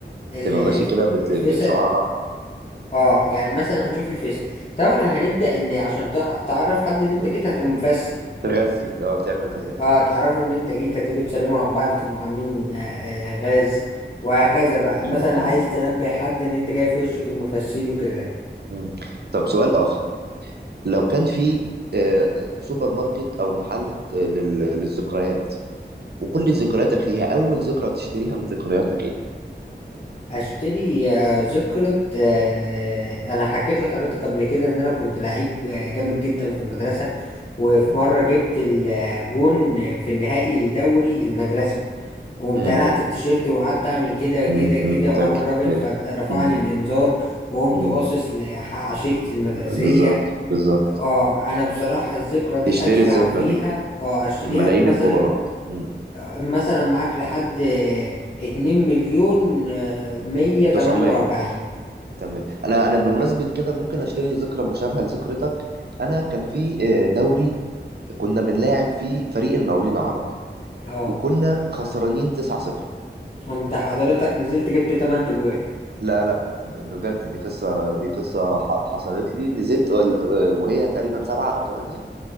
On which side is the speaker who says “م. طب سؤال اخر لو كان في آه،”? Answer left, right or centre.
Right